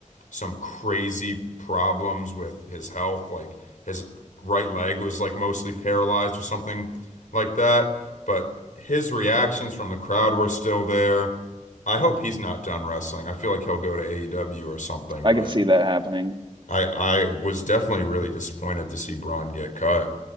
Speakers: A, on the left; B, on the right.
A: some crazy problems with his health. Like his right leg was like mostly paralyzed or something like that. But his reactions from the crowd were still there. I hope he's not done wrestling. I feel like he'll go to AEW or something,
B: I
A: but
B: can see that happening
A: I I was definitely really disappointed to see Braun get cut.